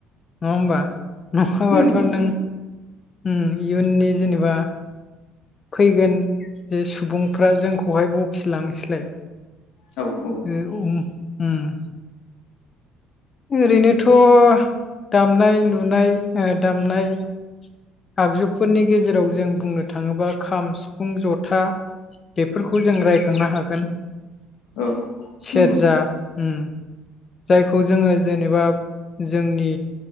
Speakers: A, on the left; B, on the left.
A: नङा होमबा नङाबाथ'
B: नंगौ नंगौ
A: नों उम इयुननि जेनेबा फैगोन जे सुबुंफ्रा जोंखौहाय बखिलांसैलाय
B: औ औ
A: बे <unintelligible> ओरैनोथ' दामनाय लुनाय ओ दामनाय आगजुफोरनि गेजेराव जों बुंनो थाङोब्ला खाम सिफुं जथा बेफोरखौ जों रायखांनो हागोन
B: औ
A: सेरजा
B: नंगौ
A: उम जायखौ जोङो जेनेबा जोंनि